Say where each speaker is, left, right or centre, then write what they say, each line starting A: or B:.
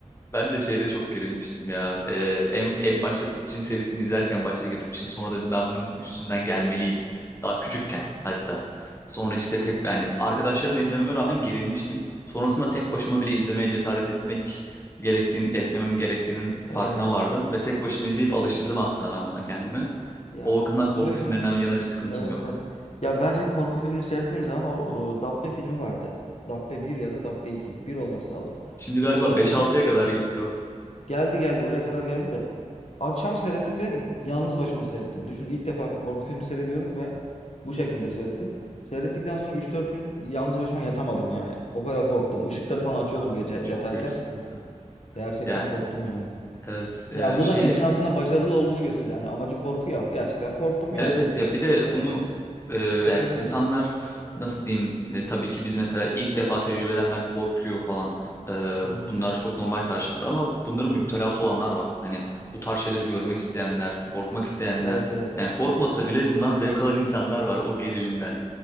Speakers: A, on the left; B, on the left.
A: ben de şeyde çok gerilmiştim ya. Ee, en en başta Sitchin serisini izlerken başta gerilmiştim. Sonra dedim ben bunun üstünden gelmeliyim. Daha küçükken
B: Hı hı.
A: hatta. Sonra işte tek yani arkadaşlarımla izlememe rağmen gerilmiştim. Sonrasında tek başıma bile izlemeye cesaret etmek gerektiğini etmemem gerektiğinin farkına
B: Evet.
A: vardım ve tek başıma izleyip alıştırdım aslında ben buna kendimi.
B: Ya
A: O bakımdan
B: şöyle.
A: korku filmlerinden yana bir sıkıntım
B: Evet
A: yok.
B: evet. Ya ben ilk korku filmini seyrettiğim zaman o, o Dabbe filmi vardı. Dabbe bir ya da Dabbe iki bir olması lazım.
A: Şimdi galiba
B: Yıllar
A: beş
B: önce.
A: altıya kadar gitti o.
B: Geldi geldi oraya kadar geldi de. Akşam seyrettim ve yalnız başıma seyrettim. Düşün ilk defa korku filmi seyrediyorum ve bu şekilde seyrettim. Seyrettikten sonra üç dört gün yalnız başıma yatamadım yani. O kadar korktum. Işıkları falan açıyordum gece yatarken.
A: Çok büyük sıkıntı.
B: Gerçekten
A: Yani
B: korktum yani.
A: Evet, e,
B: Ya bu
A: şeyleri
B: da filmin
A: pek.
B: aslında başarılı olduğunu gösteriyor. Yani amacı korku ya. Gerçekten korktum
A: Evet
B: yani.
A: evet ya bir de
B: Demek
A: bunu
B: ki
A: e, yani
B: başarılı.
A: insanlar nasıl diyeyim e, tabii ki biz mesela ilk defa tecrübe edenler korkuyor falan. E,
B: Hı hı.
A: bunlar çok normal karşılanır ama bunların müptelası olanlar var. Hani bu tarz şeyleri görmek isteyenler, korkmak isteyenler
B: Evet evet.
A: yani korkmasa bile bundan zevk alan insanlar var o gerilimden.